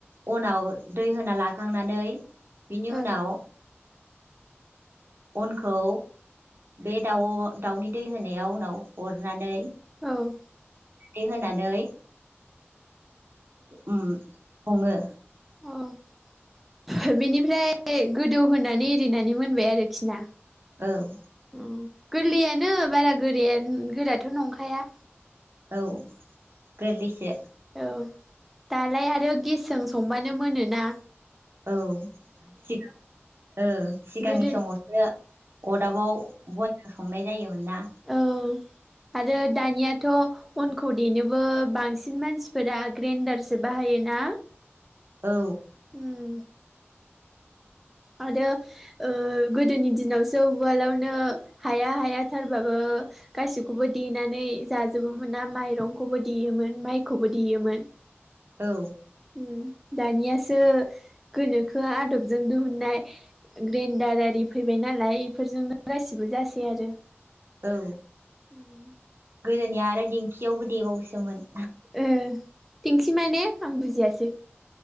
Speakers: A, on the right; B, in the centre.
A: अनाव दै होना लाखांनानै बिनि
B: औ ओ अ
A: उनाव अनखौ बे दाउ आव दाउनि दै होनायाव उनाव हरनानै
B: औ।
A: दै होनानै उम सङो।
B: अ बेनिफ्राय गोदौहोनानै एरिनानै मोनबाय आरोखि ना।
A: औ।
B: औ गोरलैयानो बारा गोराया गोराथ' नंखाया
A: औ। गोरलैसो।
B: औ दालाय आरो गेसजों संबानो मोनो ना।
A: औ थिग ओ सिगांनि
B: गोदो
A: समावसो अदाबाव बनजों संनाय जायोमोन ना।
B: औ आरो दानियाथ' अनखौ देनोबो बांसिन मानसिफोरा ग्रेनडारसो बाहायो ना।
A: औ
B: उम। आरो ओ गोदोनि दिनावसो उवालावनो हाया हाया थारबाबो गासिखौबो देनानै जाजोबोमोना माइरंखौबो देयोमोन माइखौबो देयोमोन।
A: औ
B: उम। दानियासो गोनोखो आदबजों दोहोन नाय ग्रेन्डार आरि फैबाय नालाय इफोरजोंनो गासिबो जासै आरो।
A: औ
B: उम।
A: गोदोनिया आरो दिेंखियावबो देबावोसोमोन।
B: ए दिंखि माने आं बुजियासै।